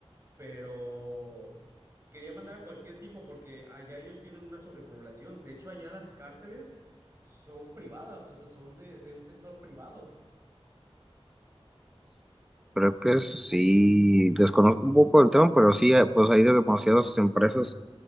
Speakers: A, on the right (about 25°); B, in the centre.
A: pero quería mandar a cualquier tipo porque allá ellos tienen una sobrepoblación. De hecho, allá las cárceles son privadas, o sea, son de, de un sector privado.
B: Creo que sí, desconozco un poco el tema, pero sí, eh, pues hay demasiadas empresas